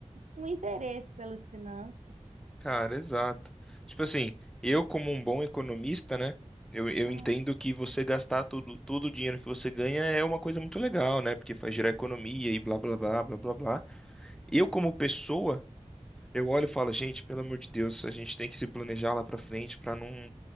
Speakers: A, on the right; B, in the centre.
A: um interesse pelas finanças.
B: Cara, exato. Tipo assim, eu como um bom economista, né? Eu, eu
A: Hum,
B: entendo que você gastar tudo, todo o dinheiro que você ganha é uma coisa muito legal, né? Porque faz gerar economia e blá blá blá blá blá blá. Eu como pessoa, eu olho e falo, gente, pelo amor de Deus, a gente tem que se planejar lá pra frente pra não,